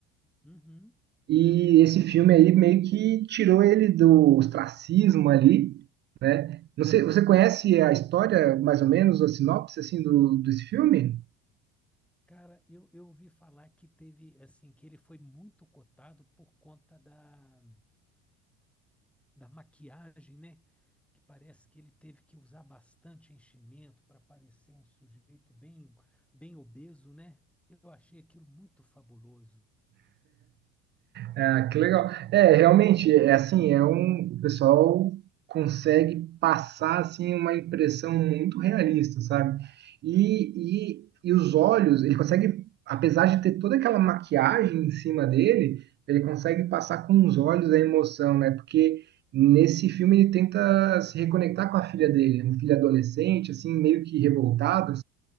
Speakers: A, in the centre; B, on the right (about 35°).
A: Uhum.
B: E esse filme aí meio que tirou ele do ostracismo ali. Não sei, você conhece a história, mais ou menos, a sinopse assim, do, desse filme?
A: Cara, eu, eu ouvi falar que teve, assim, que ele foi muito cotado por conta da, da maquiagem, né? Que parece que ele teve que usar bastante enchimento para parecer um sujeito bem, bem obeso, né? Eu achei aquilo muito fabuloso.
B: Ah, que legal. É, realmente, é assim, é um, o pessoal consegue passar assim uma impressão muito realista, sabe? E, e, e os olhos, ele consegue, apesar de ter toda aquela maquiagem em cima dele, ele consegue passar com os olhos a emoção, né? Porque nesse filme ele tenta se reconectar com a filha dele, uma filha adolescente, assim, meio que revoltada,